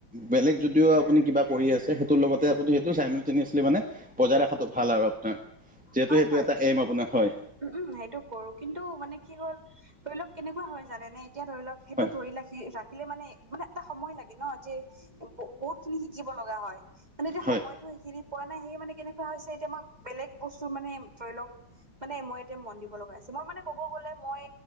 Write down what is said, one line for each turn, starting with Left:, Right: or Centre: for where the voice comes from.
Centre: বেলেগ যদিও আপুনি কিবা কৰি আছে তোৰ লগতে আপুনি সেইটো চাইমেল তিনি আছিলে মানে বজাই ৰখাটো ভাল আৰু আপোনাৰ। যিহেতু
Right: হয়
Centre: সেইটো
Right: হয়
Centre: এটা এম আপোনাৰ হয়।
Right: উম, উম সেইটো কৰো কিন্তু মানে কি হ'ল ধৰি লওক কেনেকুৱা হয় জানে নে এতিয়া ধৰি লওক সেইটো
Centre: হয়
Right: ধৰি ৰাখি ৰাখিলে মানে মানে এটা সময় লাগে ন যে বহুত খিনি শিকিব লগা হয় মানে এতিয়া
Centre: হয়
Right: সময়তটো সেইখিনি পোৱা নাই সেই মানে কেনেকুৱা হৈছে এতিয়া মই বেলেগ বস্তু মানে ধৰি লওক মানে মই এতিয়া মন দিব লগা আছে মোৰ মানে কব গ'লে মই